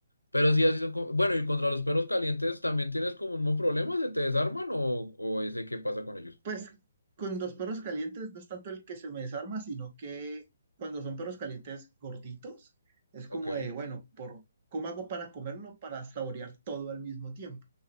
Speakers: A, on the left; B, on the right.
A: Pero sí, así son. co- Bueno, y contra los perros calientes, ¿también tienes como un problema? ¿Se te desarman o, o ese qué pasa con ellos?
B: Pues con los perros calientes no es tanto el que se me desarma, sino que cuando son perros calientes gorditos, es
A: Ok,
B: como de, bueno, por, ¿cómo hago para comerlo, para saborear todo al mismo tiempo?